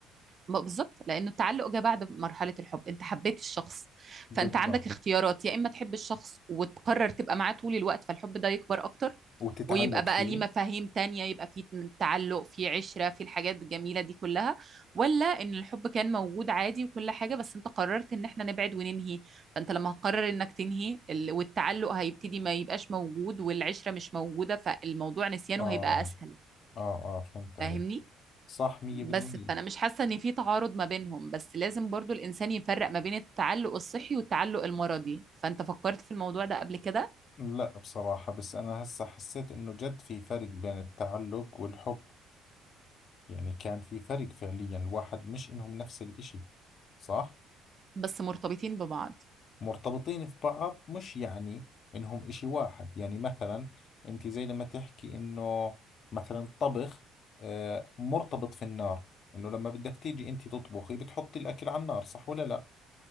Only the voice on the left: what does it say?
بالضبط
وتتعلق
فيه
اه
اه اه فهمت عليك
صح 100%
لا بصراحة بس انا هسه حسيت انه جد في فرق بين التعلق والحب يعني كان في فرق فعليا الواحد مش انهم نفس الاشي صح
مرتبطين في بعض مش يعني انهم اشي واحد يعني مثلا انت زي لما تحكي انه مثلا الطبخ آه، مرتبط في النار انه لما بدك تيجي انت تطبخي بتحطي الاكل على النار صح ولا لا